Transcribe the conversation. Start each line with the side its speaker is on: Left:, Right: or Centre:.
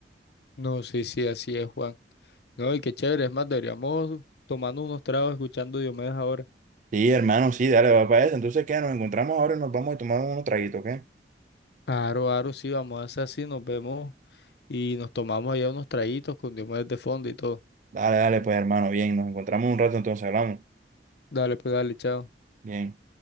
Left: No, sí, sí, así es, Juan. No, y qué chévere, es más, deberíamos tomando unos tragos, escuchando Diomedes ahora.
Right: Sí, hermano, sí, dale, va para eso. Entonces, ¿qué? Nos encontramos ahora y nos vamos a tomar unos traguitos, ¿qué?
Left: Aro, aro, sí, vamos a hacer así, nos vemos y nos tomamos allá unos traguitos con Diomedes de fondo y todo.
Right: Dale, dale, pues, hermano, bien, nos encontramos un rato, entonces hablamos.
Left: Dale, pues dale, chao.
Right: Bien.